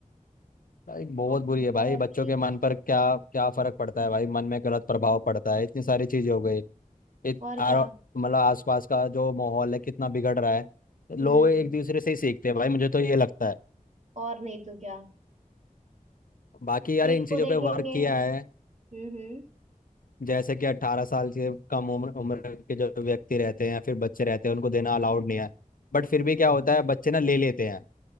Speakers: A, on the left; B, on the right.
A: भाई बहुत
B: आप
A: बुरी है
B: बाकी
A: भाई बच्चों के मन पर क्या क्या फर्क पड़ता है भाई मन में गलत प्रभाव पड़ता है इतनी सारी चीजें हो गई इत
B: और
A: आरो-
B: क्या
A: मतलब आसपास का जो माहौल है कितना बिगड़ रहा है लोग
B: हम्म
A: एक दूसरे से ही सीखते हैं भाई मुझे तो ये लगता है
B: और नहीं तो क्या
A: बाकी यार
B: एक
A: इन चीजों
B: को देखेंगे
A: पे वर्क किया है
B: हम्म हम्म
A: जैसे कि अट्ठारह साल से कम उम्र उम्र के जो व्यक्ति रहते हैं या फिर बच्चे रहते हैं उनको देना अलाउड नहीं है बट फिर भी क्या होता है बच्चे ना ले लेते हैं